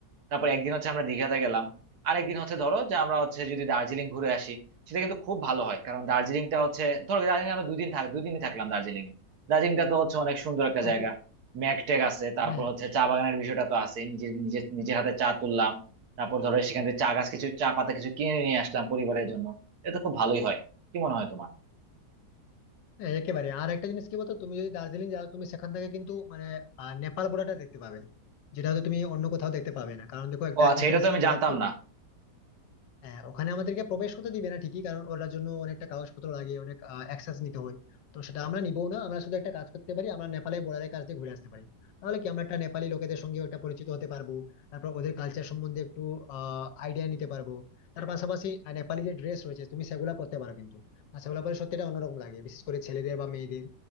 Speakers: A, on the right; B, on the left.
A: তারপর একদিন হচ্ছে আমরা দীঘাতে গেলাম আরেকদিন হচ্ছে ধরো যে আমরা হচ্ছে যদি দার্জিলিং ঘুরে আসি সেটা কিন্তু খুব ভালো হয় কারণ দার্জিলিংটা হচ্ছে ধরো দার্জিলিং আমরা দুদিন থাক দুদিনই থাকলাম দার্জিলিং এ দার্জিলিংটা তো হচ্ছে অনেক সুন্দর একটা
B: হ্যাঁ
A: জায়গা ম্যাক টেক আছে তারপর
B: হ্যাঁ
A: হচ্ছে চা বাগানের বিষয়টা তো আছে নিজের নিজের নিজের হাতে চা তুললাম তারপর ধরো সেখান থেকে চা গাছ কিছু চা পাতা কিছু কিনে নিয়ে আসলাম পরিবারের জন্য এটা তো খুব ভালোই হয় কি মনে হয় তোমার
B: হ্যাঁ, একেবারে আর একটা জিনিস কি বলতো তুমি যদি দার্জিলিং যাও তুমি সেখান থেকে কিন্তু মানে আহ, নেপাল বর্ডারটা দেখতে পাবে যেটা হয়তো তুমি অন্য কোথাও দেখতে পাবে না কারণ দেখো একটা
A: ও আচ্ছা
B: ইন্টারন্যাশনাল
A: এটা তো আমি
B: বর্ডার
A: জানতাম
B: তো
A: না
B: হ্যাঁ ওখানে আমাদেরকে প্রবেশ করতে দিবে না ঠিকই কারণ ওটার জন্য অনেকটা কাগজপত্র লাগে অনেক অ্যাক্সেস নিতে হয় তো সেটা আমরা নিবো না আমরা শুধু একটা কাজ করতে পারি আমরা নেপালের বর্ডারের কাছ দিয়ে ঘুরে আসতে পারি তাহলে কি আমরা একটা নেপালি লোকেদের সঙ্গে একটা পরিচিত হতে পারবো তারপর ওদের কালচার সম্বন্ধে একটু আহ আইডিয়া নিতে পারবো তার পাশাপাশি আহ, নেপালি যে ড্রেস রয়েছে তুমি সেগুলো পরতে পারো কিন্তু আর সেগুলো পরে সত্যি এটা অন্যরকম লাগে বিশেষ করে ছেলেদের বা মেয়েদের